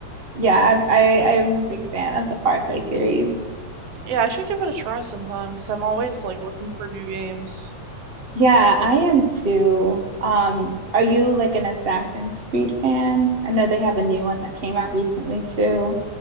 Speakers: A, on the right (about 35°); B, on the right (about 60°).
A: yeah, I, I I'm a big fan of the Far Cry series.
B: Yeah, I should give it a try sometime because I'm always like looking for new games.
A: Yeah, I am too. Um, are you like an Assassin's Creed fan? I know they have a new one that came out recently too.